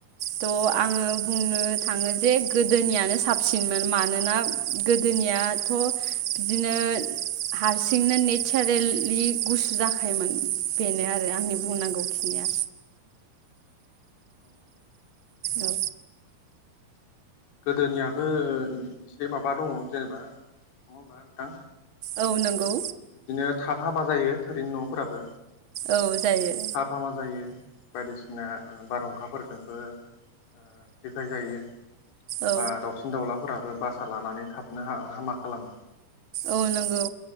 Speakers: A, on the right; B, on the left.
A: त' आङो बुंनो थाङो जे गोदोनियानो साबसिनमोन मानोना गोदोनियाथ' बिदिनो हारसिंनो नेतसारेलि गुसु जाखायोमोन बेनो आरो। आंनि बुंनांगौखिनिया।
B: औ औ
A: ओ।
B: गोदोनियाबो ओ एसे माबा दङ जेनेबा नङा होमबा नोंथां?
A: औ नोंगौ।
B: बिदिनो थाब हामा जायो थोरिनि न'फोराबो।
A: औ जायो
B: थाब हामा जायो बायदिसिना ओ बारहुंखाफोरजोंबो ओ सिफाय जायो
A: औ
B: बा दाउसिन दाउला फोराबो बासा लानानै थाबनो हा-हामा खालामो
A: औ नोंगौ